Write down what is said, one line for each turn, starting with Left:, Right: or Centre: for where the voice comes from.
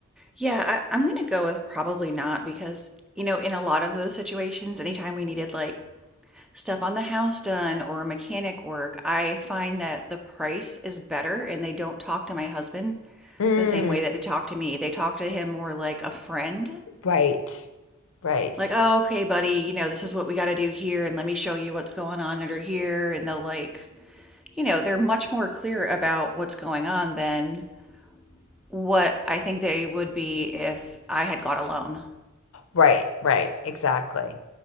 Centre: Yeah, I, I'm gonna go with probably not because, you know, in a lot of those situations, anytime we needed like stuff on the house done or mechanic work, I find that the price is better and they don't talk to my husband
Left: Mm,
Centre: the same way that they talk to me. They talk to him more like a friend.
Left: right, right,
Centre: Like, oh, okay, buddy, you know, this is what we got to do here, and let me show you what's going on under here. And they'll, like, you know, they're much more clear about what's going on than what I think they would be if I had gone alone.
Left: right, right. Exactly.